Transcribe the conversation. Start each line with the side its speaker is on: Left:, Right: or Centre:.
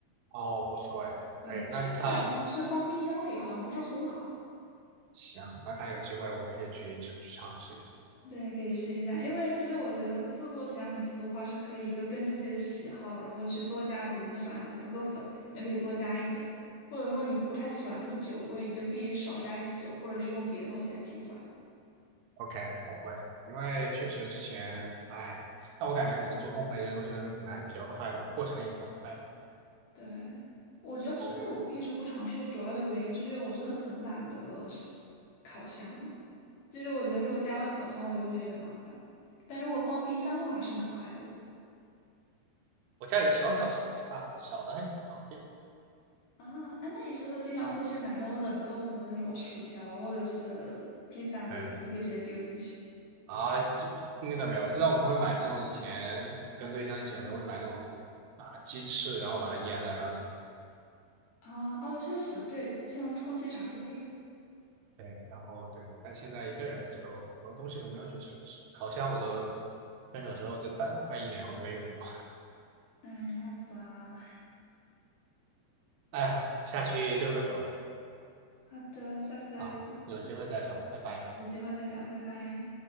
Right: 哦，不错哎，
Left: 对，
Right: 可以。
Left: 它那个好像是放冰箱里，
Right: 那你看，
Left: 好像不是烘烤。
Right: 行，那看有机会我可以去去尝试一下。
Left: 对，可以试一下，因为其实我觉得，就自助提拉米苏的话，是可以就根据自己的喜好，然后去多加，比如你喜欢可可粉，你就可以多加一点；或者说你不太喜欢那个酒味，你就可以少加一点酒，或者是用别的东西来替换。
Right: OK，我会，因为确实之前，哎，那我感觉可能做烘焙这些东西的时候，可能还比较快的，过程也比较快的。
Left: 对，我觉得烘焙我一直不尝试，
Right: 是，
Left: 主要有一个原因就是因为我真的很懒得是烤箱，就是我觉得如果加个烤箱，我就会觉得有点麻烦，但如果放冰箱的话，还是蛮快的。
Right: 我家有个小烤箱，也大，小的还挺方便。
Left: 啊，哎，那你是不是经常会去买那种冷冻的那种薯条啊或者是披萨这种，
Right: 没有
Left: 就可以直接丢进去？
Right: 啊，这那倒没有。那我们会买那种以前跟对象一起的时候会买那种啊鸡翅，然后把它腌了，然后进去
Left: 啊，哦，确实，对，就像空气炸锅一样。
Right: 对，然后对。但现在一个人就很多东西都没有去尝试，烤箱我都分手之后这大快一年我都没用过。
Left: 哎，好吧，
Right: 哎呀，下去遛个狗
Left: <laughs> 好的，下次再聊，
Right: 啊，有机会再聊，拜拜。
Left: 有机会再聊，拜拜。